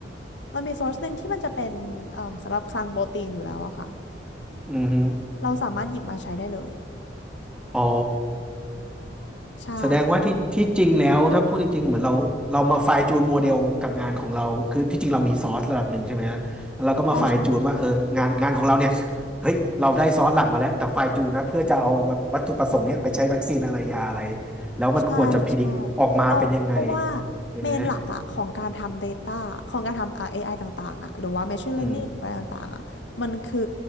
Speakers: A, on the left; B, in the centre.
A: มันมี source หนึ่งที่มันจะเป็นเอ่อสำหรับคลังโปรตีนอยู่แล้วอะค่ะ
B: อือฮึ
A: เราสามารถหยิบมาใช้ได้เลย
B: อ๋อ
A: ใช่
B: แสดงว่าที่ที่จริงแล้วถ้าพูดจริงๆเหมือนเราเรามาไฟล์จูนโมเดลกับงานของเราคือที่จริงเรามีซอสระดับหนึ่งใช่ไหมฮะแล้วเราก็มาไฟล์จูนว่าเอองานงานของเราเนี่ย
A: ใช่ใช่
B: เฮ้ยเราได้ซอสหลักมาแล้วแต่ไฟล์จูนนะเพื่อจะเอาวัตวัตถุประสงค์เนี้ยไปใช้วัคซีนอะไรยาอะไรแล้วมันควรจะพิดิกออกมาเป็นยังไง
A: ใช่ใช่เราเพราะว่า
B: ใช่ไหม
A: เมนหลักอะของการทำ Data ของการทำ AI ต่างๆอะหรือว่า Machine
B: อืม
A: Learning อะไรต่างๆอะมันคือ